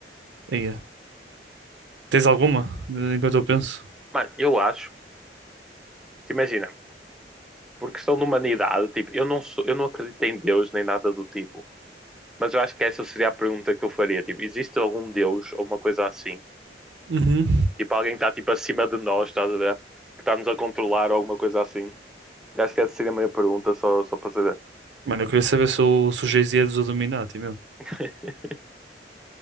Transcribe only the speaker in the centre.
Mano, eu acho, te imagina, por questão de humanidade, tipo, eu não sou, eu não acredito em Deus nem nada do tipo. Mas eu acho que essa seria a pergunta que eu faria. Tipo, existe algum Deus ou uma coisa assim?
Tipo, alguém está tipo acima de nós, estás a ver? Que está-nos a controlar ou alguma coisa assim? Eu Acho que essa seria a minha pergunta, só, só para saber.
<laughs>